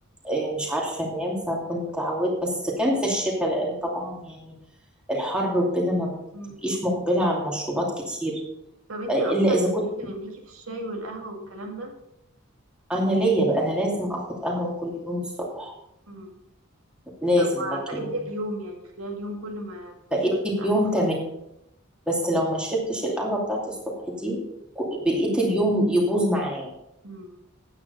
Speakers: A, in the centre; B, on the right (about 85°).
A: آه، مش عارفة انام فكنت عودت بس كان في الشتاء لان طبعا يعني الحر وكده ما
B: مم.
A: بتبقيش مقبلة على المشروبات كتير
B: طب انتي
A: آه، الا
B: اصلا
A: اذا
B: ليكي
A: كنت
B: في ليكي في الشاي والقهوة والكلام ده
A: انا ليا بقى انا لازم اخد قهوه كل يوم الصبح
B: مم.
A: لازم
B: طب وبقية
A: لكن
B: اليوم يعني خلال اليوم كل ما بتشربي
A: بقيت اليوم
B: قهوة
A: تمام بس لو ما شربتش القهوه بتاعت الصبح دي ك- بقيت اليوم يبوظ معايا
B: مم.